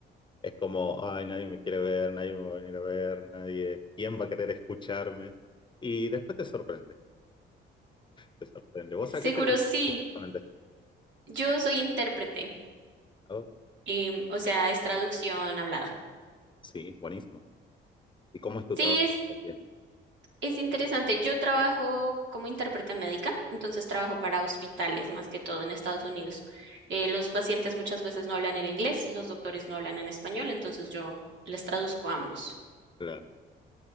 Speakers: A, on the left; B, on the right.
A: es como, ay, nadie me quiere ver, nadie me va a venir a ver, nadie, ¿quién va a querer escucharme? Y después te sorprende, te sorprende. ¿Vos
B: Seguro
A: a qué te dedicas
B: sí,
A: exactamente?
B: yo soy intérprete,
A: Oh,
B: em, o sea, es traducción hablada.
A: sí, buenísimo. ¿Y cómo es tu
B: Sí,
A: trabajo?
B: es,
A: Bien,
B: es interesante. Yo trabajo como intérprete médica, entonces trabajo para hospitales más que todo en Estados Unidos. Eh, los pacientes muchas veces no hablan en inglés, los doctores no hablan en español, entonces yo les traduzco a ambos.
A: Claro,